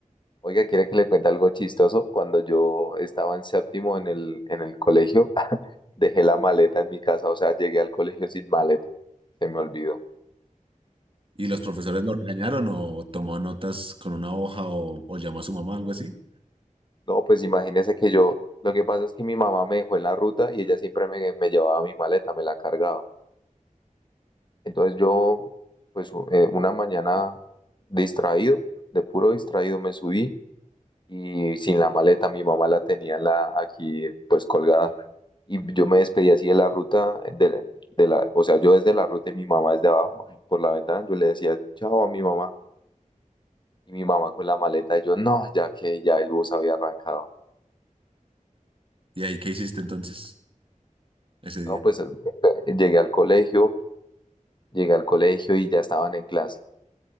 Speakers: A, on the left (about 35°); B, on the right (about 40°).
A: Oiga, ¿quiere que le cuente algo chistoso? Cuando yo estaba en séptimo en el, en el colegio, <laughs> dejé la maleta en mi casa, o sea, llegué al colegio sin maleta, se me olvidó.
B: ¿Y los profesores lo regañaron o tomó notas con una hoja o, o llamó a su mamá, algo así?
A: No, pues imagínese que yo, lo que pasa es que mi mamá me dejó en la ruta y ella siempre me, me llevaba mi maleta, me la cargaba. Entonces yo, pues u- eh, una mañana distraído, de puro distraído me subí y sin la maleta, mi mamá la tenía en la, aquí pues colgada y yo me despedí así de la ruta, de la, de la- o sea, yo desde la ruta y mi mamá desde abajo, por la ventana, yo le decía chao a mi mamá y mi mamá con la maleta y yo no, ya que ya el bus había arrancado.
B: ¿Y ahí qué hiciste entonces ese
A: No,
B: día?
A: pues eh, llegué al colegio, llegué al colegio y ya estaban en clase.